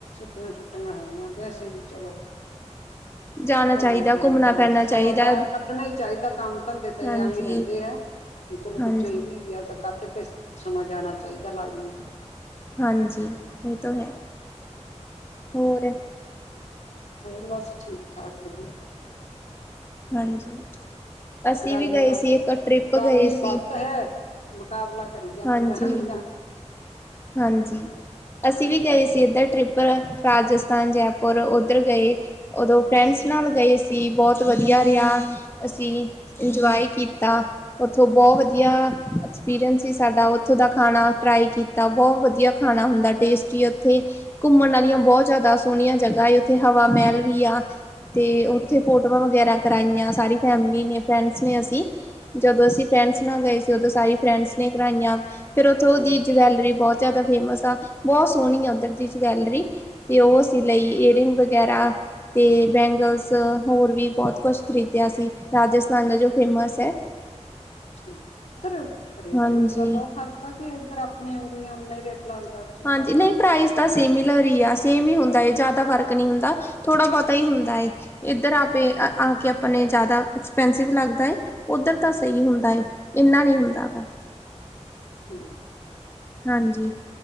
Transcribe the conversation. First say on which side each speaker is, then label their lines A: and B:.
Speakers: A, on the left; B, on the left.
A: ਦੋ ਛੁੱਟੀਆਂ ਹੈਗਿਆ ਵੈਸੇ ਵੀ ਚਲੋ।
B: <inaudible>
A: ਘੁੰਮਣ ਫਿਰਨ
B: ਘੁੰਮਣਾ
A: ਤਾਂ
B: ਫਿਰਨਾ
A: ਸਮਾਂ
B: ਚਾਹੀਦਾ।
A: ਤਾਂ ਕੱਢਣਾ ਈ ਚਾਈਦਾ ਕੰਮ ਧੰਦੇ ਤੇ
B: ਹਾਂਜੀ,
A: ਆ ਈ ਰਹਿੰਦੇ ਐ। ਤੇ ਚਲੋ
B: ਹਾਂਜੀ,
A: ਵਿੱਚੋਂ ਇਹ ਵੀ ਆ ਆਪਦਾ ਕੱਢ ਕੇ ਸਮਾਂ ਜਾਣਾ ਚਾਈਦਾ ਲਾਜ਼ਮੀ ਨੂੰ
B: ਹਾਂਜੀ ਇਹ ਤਾਂ ਹੈ, ਹੋਰ?
A: ਹੋਰ ਬਸ ਠੀਕ ਠਾਕ ਵਧੀਆ।
B: ਹਾਂਜੀ। ਅਸੀਂ
A: ਗਰਮੀ
B: ਵੀ ਗਏ
A: ਨਾ,
B: ਸੀ ਇੱਕ ਟ੍ਰਿਪ
A: ਗਰਮੀ
B: ਗਏ ਸੀ
A: ਵੱਧ ਹੈ। ਮੁਕਾਬਲਾ ਕਰੀ ਜਾਂਨੇ
B: ਹਾਂਜੀ।
A: ਗਰਮੀ ਨਾਅ।
B: ਹਾਂਜੀ। ਅਸੀਂ ਵੀ ਗਏ ਸੀ ਏਧਰ ਟ੍ਰਿਪ ਰਾਜਸਥਾਨ ਜੈਪੁਰ ਉੱਧਰ ਗਏ। ਉਦੋਂ ਫਰੈਂਡਸ
A: ਅੱਛਾ
B: ਨਾਲ ਗਏ ਸੀ ਬੋਅਤ ਵਧੀਆ ਰਿਹਾ ਅਸੀਂ
A: ਅੱਛਾ
B: ਇੰਜੋਏ ਕੀਤ ਤਾ‌ ਉਥੋਂ ਬਹੁਤ ਵਧੀਆ ਐਕਸਪੀਰੀਅੰਸ ਸੀ ਸਾਡਾ ਉੱਥੋਂ ਦਾ ਖਾਣਾ ਟ੍ਰਾਏ ਕੀ ਤਾ ਬੋਹਅ ਵਧੀਆ ਖਾਣਾ ਹੁੰਦਾ ਟੇਸਟੀ ਉੱਥੇ ਘੁੰਮਣ ਆਲੀਆਂ ਬਹੁਤ ਜਿਆਦਾ ਸੋਹਣੀਆਂ ਜਗ੍ਹਾ ਏ ਉੱਥੇ ਹਵ ਵਾ ਮਹਿਲ ਵੀ ਆ। ਤੇ ਉੱਥੇ ਫੋਟੋਆਂ ਵਗੈਰਾ ਕਰਾਈਆਂ ਸਾਰੀ ਫੈਮਿਲੀ ਨੇ ਫਰੈਂਡਸ ਨੇ ਅਸੀਂ ਜਦੋਂ ਅਸੀਂ
A: ਅੱਛਾ
B: ਫਰੈਂਡਸ ਨਾਲ ਗਏ ਸੀ ਉਦੋਂ ਸਾਰੀ ਫਰੈਂਡਸ ਨੇ ਕਰਾਈਆਂ ਫੇਰ ਉੱਥੋਂ ਉਹਦੀ
A: ਹੂੰ-ਹੂੰ
B: ਜਵੈਲ ਬਹੁਤ ਜ਼ਿਆਦਾ ਫੇਮਸ ਆ ਬਹੁਤ ਸੋਹਣੀ ਆ ਉੱਧਰ ਦੀ ਜੈਲਰੀ ਤੇ ਉਹ ਸੀ ਲਈ ਏਅਰਿੰਗ ਵਗੈਰਾ ਤੇ ਬੈਂਗਲਸ ਹੋਰ ਵੀ ਬਹੁਤ ਕੁਛ ਖਰੀਦਿਆ ਸੀ ਰਾਜਸਥਾਨ ਦਾ ਜੋ ਫੇਮਸ ਹੈ।
A: ਠੀਕ ਉਧਰ ਰੇਟ
B: ਹਾਂਜੀ।
A: ਰੂਟ ਦਾ ਬਹੁਤ ਫ਼ਰਕ ਆ ਕੇ ਇੱਧਰ ਆਪਣੇ ਉਂਗੂੀਆਂ ਉਨਾ ਹੀ ਰੇਟ ਲੱਗਦਾ ਠੀਕ
B: ਹਾਂਜੀ ਨਹੀਂ ਪ੍ਰਾਈਜ਼ ਤਾਂ ਸੇਮੀਿਲਰ ਹੀ ਆ। ਸੇਮ ਹੀ ਹੁੰਦਾ ਏ ਜ਼ਿਆਦਾ ਫਰਕ ਨਹੀਂ ਹੁੰਦਾ ਥੋੜਾ ਬਹੁਤਾ ਹੀ ਹੁੰਦਾ ਏ ਇੱਧਰ ਆਪੇ ਆ ਕੇ ਆਪਣੇ ਜ਼ਿਆਦਾ ਐਕਸਪੈਂਸਿਵ ਲੱਗਦਾ ਹੈਏ ਉੱਧਰ ਤਾਂ ਸਹੀ ਹੁੰਦਾ ਹੈ ਇੰਨਾ ਨਹੀਂ ਹੁੰਦਾ ਗਾ।
A: ਠੀਕ
B: ਹਾਂਜੀ